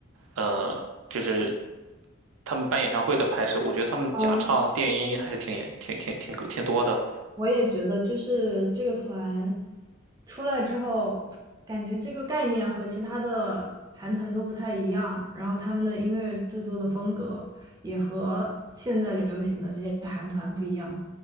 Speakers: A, on the right; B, on the right.
A: 呃就是他们办演唱会的拍摄，我觉得他们假唱、
B: 嗯。
A: 电音还是挺严挺挺挺挺多的。
B: 我也觉得，就是这个团出来之后，感觉这个概念和其他的韩团都不太一样，然后他们的音乐制作的风格也和现在流行的这些韩团不一样，